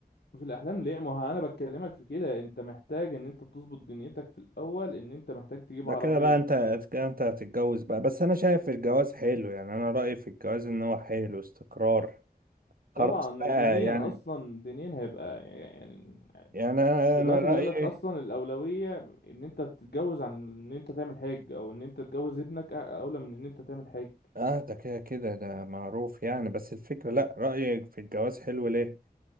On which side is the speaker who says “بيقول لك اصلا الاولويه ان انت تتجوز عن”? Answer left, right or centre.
Left